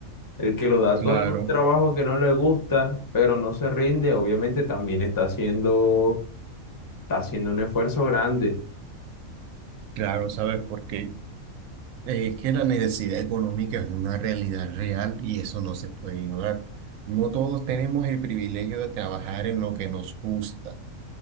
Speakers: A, on the left (about 25°); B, on the right (about 75°).
A: El que lo da
B: claro,
A: todo en un trabajo que no le gusta, pero no se rinde, obviamente también está siendo está haciendo un esfuerzo grande.
B: claro, ¿sabes por qué? Eh, Es que la necesidad económica es una realidad real y eso no se puede ignorar. No todos tenemos el privilegio de trabajar en lo que nos gusta.